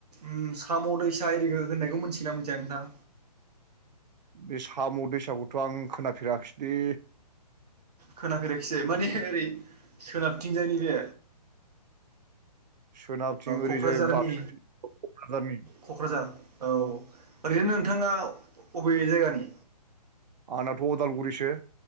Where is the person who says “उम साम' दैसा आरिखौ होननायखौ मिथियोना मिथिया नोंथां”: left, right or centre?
Right